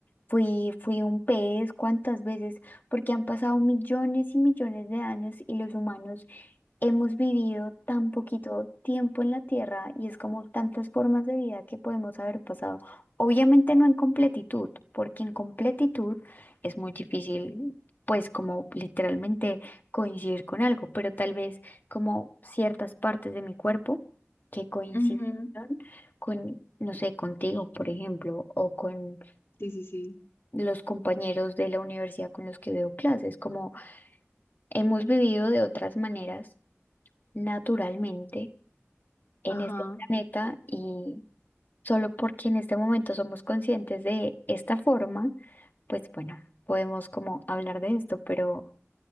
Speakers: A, on the left (about 40°); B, on the left (about 55°).
A: fui, fui un pez, cuántas veces, porque han pasado millones y millones de años y los humanos hemos vivido tan poquito tiempo en la Tierra y es como tantas formas de vida que podemos haber pasado. Obviamente no en completitud, porque en completitud es muy difícil, pues como literalmente coincidir con algo, pero tal vez como ciertas partes de mi cuerpo que coincidieron
B: ujú,
A: con, no sé, contigo, por ejemplo, o con
B: Sí, sí, sí,
A: los compañeros de la universidad con los que veo clases, como hemos vivido de otras maneras naturalmente en
B: ajá,
A: este planeta y solo porque en este momento somos conscientes de esta forma, pues bueno, podemos como hablar de esto, pero